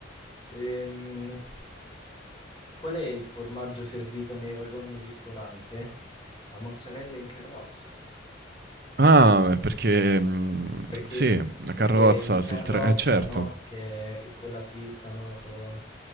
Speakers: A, on the left; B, on the right.
A: Ehm, qual è il formaggio servito nei vagoni ristorante? La mozzarella in carrozza.
B: Ah, è perché... mm,
A: Perché
B: sì,
A: in,
B: la
A: perché
B: carrozza
A: in carrozza,
B: sul treno... Eh, certo.
A: no? Che è quella fritta, no? co-